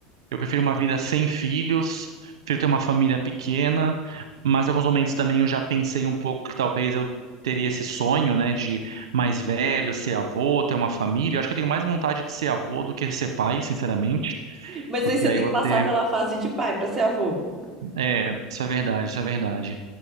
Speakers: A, on the right; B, on the right.
A: eu prefiro uma vida sem filhos, prefiro ter uma família pequena, mas em alguns momentos também eu já pensei um pouco que talvez eu teria esse sonho, né? de mais velho, ser avô, ter uma família. Eu acho que eu tenho mais vontade de ser avô do que ser pai, sinceramente,
B: Mas
A: porque
B: aí você
A: aí
B: tem
A: você.
B: que passar pela fase de pai para ser avô.
A: É, isso é verdade, isso é verdade.